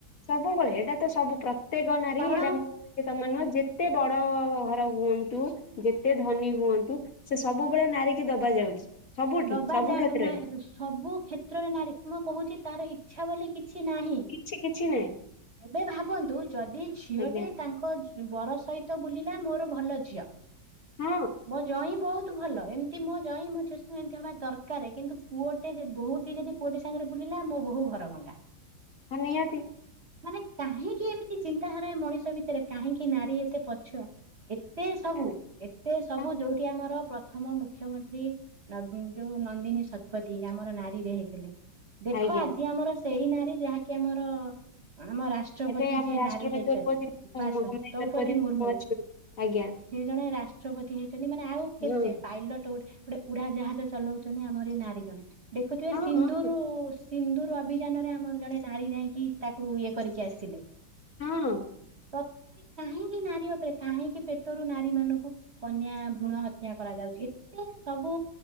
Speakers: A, on the left (about 50°); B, on the right (about 40°).
A: ସବୁବେଳେ ଏଇଟା ତ ସବୁ ପ୍ରତ୍ୟେକ ନାରୀ
B: କାରଣ
A: ଏଇଟା ମୁଁ ତମ ନୁହ ଯେତେ ବଡ ଘର ହୁଅନ୍ତୁ ଯେତେ ଧନୀ ହୁଅନ୍ତୁ ସେ ସବୁବେଳେ ନାରିକି ଦବା ଯାଉଛି। ସବୁଠି
B: ଦବା
A: ସବୁ
B: ଯା
A: କ୍ଷେତ୍ରରେ
B: ନା ସବୁ କ୍ଷେତ୍ରରେ ନାରୀ ମୁଁ କହୁଛି ତାର ଇଚ୍ଛା ବୋଲି କିଛି ନାହିଁ।
A: କିଛି କିଛି ନାହିଁ
B: ଏବେ ଭାବନ୍ତୁ ଯଦି ଝିଅଟି
A: ଆଜ୍ଞା
B: ତାଙ୍କ ବର ସହିତ ତ ବୁଲିଲା ମୋର ଭଲ ଝିଅ
A: ହଁ
B: ମୋ ଜ ହଁ ବହୁତ ଭଲ ଏମିତି ମୋ ଯାଁ ମ ଏମିତି ହବା ଦରକାର କିନ୍ତୁ ପୁଅଟେ ବହୁତ ହ ଯଦି ପୁଅଟି ସାଙ୍ଗରେ ବୁଲିଲା ମୋ ବୋଉ ଘର ଭଙ୍ଗା
A: ହ ନିହାତି।
B: ମାନେ କାହିଁକି ଏମିତି ଚିନ୍ତାଧାରା ମଣିଷ ଭିତରେ କାହିଁକି ନାରୀ ଏତେ ପଛୁଆ। ଏତେ ସବୁ
A: ଆରେ
B: ଏତେ ସବୁ
A: ହଁ
B: ଯୋଉଠି ଆମର ପ୍ରଥମ ମୁଖ୍ୟମନ୍ତ୍ରୀ ନବିନୀ ଯୋଉ ନନ୍ଦିନୀ ଶତପଥୀ ଆମର ନାରୀରେ ହେଇଥିଲେ ଦେଖ
A: ଆଜ୍ଞା
B: ଆଜି ଆମର ସେଇ ନାରୀ ଯାହାକି ଆମର ଆମ ରାଷ୍ଟ୍ରପତି
A: ଏବେ ଆମ
B: ଯିଏ
A: ରାଷ୍ଟ୍ରପତି
B: ନାରୀ ହେଇଛନ୍ତି
A: ଦ୍ରୌପଦୀ
B: ଉପସ
A: ମହାମୟୀ
B: ଦ୍ରୌପଦୀ ମୁର୍ମୁ।
A: ଅଛନ୍ତି ଆଜ୍ଞା
B: ସେ ଜଣେ ରାଷ୍ଟ୍ରପତି ହେଇଛନ୍ତି ମାନେ ଆଉ କେତେ
A: ହଁ
B: ପାଇଲଟ ଗୋଟେ ଗୋଟେ ଉଡା ଜାହାଜ ଚଲାଉଛନ୍ତି ଆମର ଏଇ ନାରୀ ଜଣେ ଦେଖୁଥିବେ
A: ହଁ
B: ସିନ୍ଦୁରୁ
A: ହଁ
B: ସିନ୍ଦୁର ଅଭିଯାନରେ ଆମର ଜଣେ ନାରୀ ଯାଇକି ତାକୁ ଇଏ କରିକି ଆସିଲେ।
A: ହଁ।
B: <unintelligible> କାହିଁକି ନାରୀ ଉପରେ କାହିଁକି ପେଟରୁ ନାରୀ ମାନଙ୍କୁ କନ୍ୟା ଭ୍ରୁଣ ହତ୍ୟା କରାଯାଉଛି ଏତେ ସବୁ